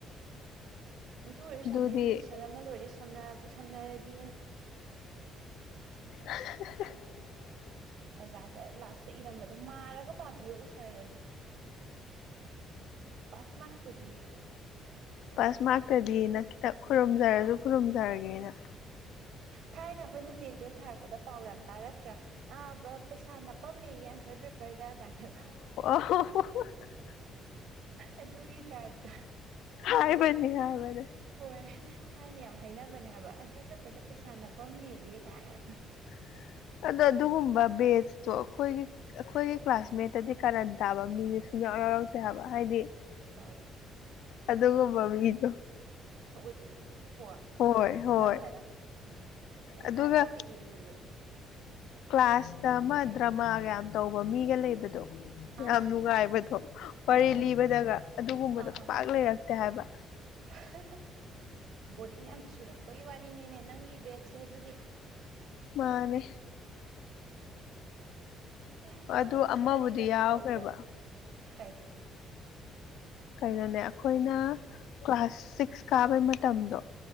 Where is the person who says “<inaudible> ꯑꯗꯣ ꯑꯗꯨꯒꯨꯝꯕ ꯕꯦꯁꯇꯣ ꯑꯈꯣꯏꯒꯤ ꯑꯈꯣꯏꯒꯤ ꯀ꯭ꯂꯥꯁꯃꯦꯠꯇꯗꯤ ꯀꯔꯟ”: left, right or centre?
Left